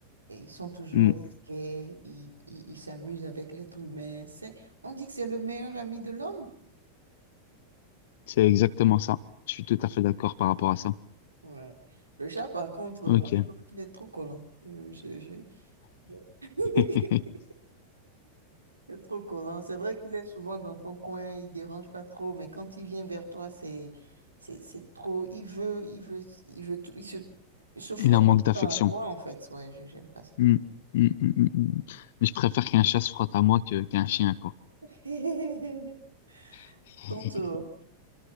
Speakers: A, on the right (about 80°); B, on the left (about 55°).
A: Et ils sont toujours
B: Hmm.
A: au taquet, ils ils- ils s'amusent avec l'être humain. C'est, on dit que c'est le meilleur ami de l'homme.
B: C'est exactement ça. Je suis tout à fait d'accord par rapport à ça.
A: Ouais. Le chat, par contre,
B: Ok.
A: moi, je trouve qu'il est trop collant. Euh, je- je- <laughs>
B: <laughs>
A: C'est trop collant. C'est vrai qu'il est souvent dans son coin, il dérange pas trop, mais quand il vient vers toi, c'est c'est c'est trop. Il veut, il veut, il veut tout. Il se, il se frotte
B: Il en manque
A: tout le
B: d'affection.
A: temps à toi, en fait. Ouais, je j'aime pas ça.
B: Mm, mm, mm, mm, mm. Mais je préfère qu'un chat se frotte à moi que qu'un chien, quoi.
A: <laughs>
B: <laughs>
A: Ton tour.